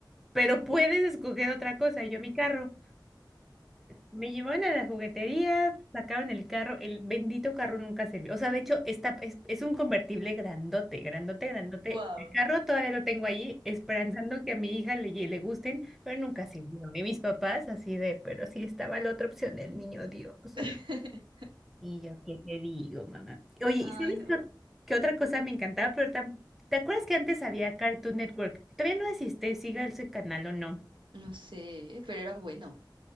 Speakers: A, in the centre; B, on the right.
A: pero puedes escoger otra cosa, y yo mi carro. Me llevaron a las jugueterías, sacaron el carro, el bendito carro nunca sirvió. O sea, de hecho, está, es, es un convertible grandote, grandote, grandote.
B: Guau.
A: El carro todavía lo tengo ahí, esperanzando que a mi hija le, lle- le gusten, pero nunca sirvió. Y mis papás así de, pero sí estaba la otra opción del niño Dios.
B: <laughs>
A: Y yo, ¿qué te digo, mamá? Oye,
B: Ay,
A: ¿y sabes
B: no.
A: qué, ot- qué otra cosa me encantaba? Pero tam- ¿te acuerdas que antes había Cartoon Network? Todavía no existe, siga ese canal o no.
B: No sé, pero era bueno.